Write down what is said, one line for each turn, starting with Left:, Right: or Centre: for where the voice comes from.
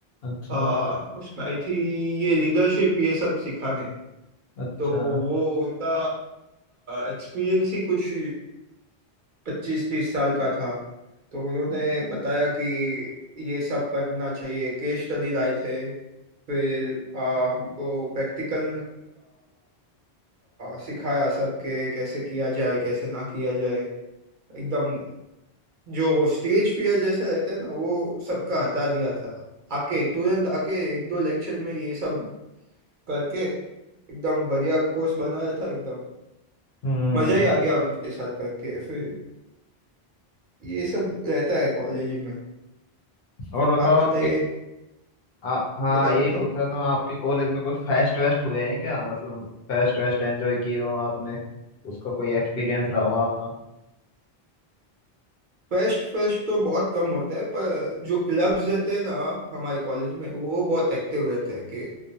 Left: अच्छा
Right: हाँ उसमें आई थी ये लीडरशिप ये सब सिखाने
Left: अच्छा
Right: तो वो उनका एक्सपीरियंस ही कुछ पच्चीस तीस साल का था तो उन्होंने बताया कि ये सब करना चाहिए केस स्टडी लाए थे फिर आ, हमको प्रैक्टिकल सिखाया सब के कैसे किया जाए कैसे ना किया जाए एकदम जो स्टेज फियर जैसे रहते हैं ना वो सबका हटा दिया था आके तुरंत आके एक दो लेक्चर में ये सब करके एकदम बढ़िया कोर्स बनाया था एकदम
Left: हम्म
Right: मजा ही आ गया उनके साथ करके फिर ये सब रहता है कॉलेज में
Left: और बताओ
Right: आप बताइए
Left: आपके आ, हाँ
Right: बताओ
Left: यही
Right: बताओ
Left: पूछ रहा था मैं, आपके कॉलेज में कोई फेस्ट वेस्ट हुए हैं क्या मतलब फेस्ट वेस्ट एंजॉय किए हो आपने उसका कोई एक्सपीरियंस रहा हो आपका
Right: फेस्ट फेस्ट तो बहुत कम होता है पर जो क्लब्स रहते हैं ना हमारे कॉलेज में वो बहुत एक्टिव रहते हैं कि